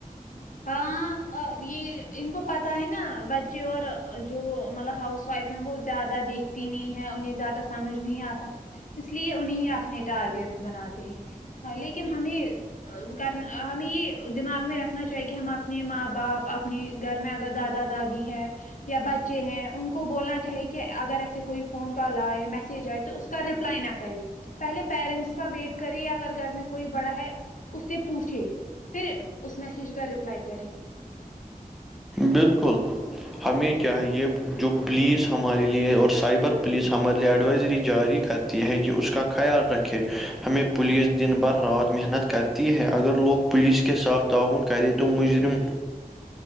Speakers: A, on the left; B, in the centre.
A: ہاں یہ ان کو پتا ہے نا بچے اور جو مطلب ہاؤس وائف ھر وہ زیادہ دیکھتی نہیں ہے انہیں زیادہ سمجھ نہیں آتا اس لیے انہیں اپنے ٹارگیٹ بناتے ہیں ہاں لیکن ہمیں کرنا ہمیں دماغ میں رکھنا چاہیے کہ ہم اپنے ماں باپ اپنے گھر میں اگر دادا دادی ہے یا بچے ہیں ان کو بولنا چاہیے کہ اگر ایسے کوئی فون کال آئے میسج آئے تو اس کا ریپلائی نہ کرے پہلے پیرنٹس کا ویٹ کرے اگر گھر میں کوئی بڑا ہے اس سے پوچھے پھر اس میسج کا رپلائی کرے
B: بالکل ہمیں چاہیے جو پولیس ہمارے لیے اور سائبر پولیس ہمارے لیے ایڈوائزری جاری کرتی ہے کہ اس کا خیال رکھے ہمیں پولیس دن بھر رات محنت کرتی تی ہے اگر لوگ پلیس کےے ساتھ تعاون کرے تو مجرم